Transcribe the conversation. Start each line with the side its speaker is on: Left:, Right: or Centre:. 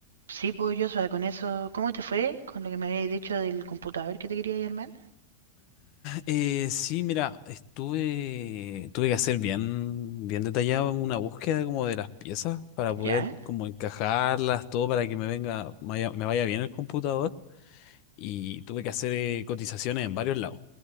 Right: Sí, pues yo, o sea, con eso, ¿cómo te fue con lo que me habías dicho del computador que te quería armar?
Left: Eh, sí, mira, estuve, tuve que hacer bien, bien detallado una búsqueda como de las piezas para
Right: ¿Ya?
Left: poder como encajarlas, todo para que me venga, vaya- me vaya bien el computador y tuve que hacer eh, cotizaciones en varios lados.